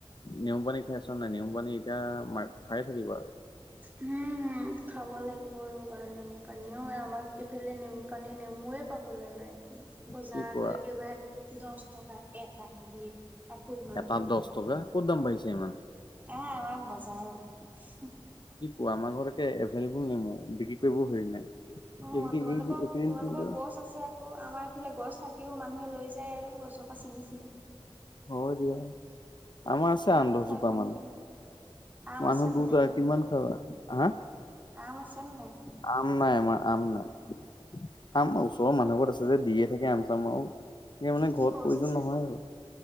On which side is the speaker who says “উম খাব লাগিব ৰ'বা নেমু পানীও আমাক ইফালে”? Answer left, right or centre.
Right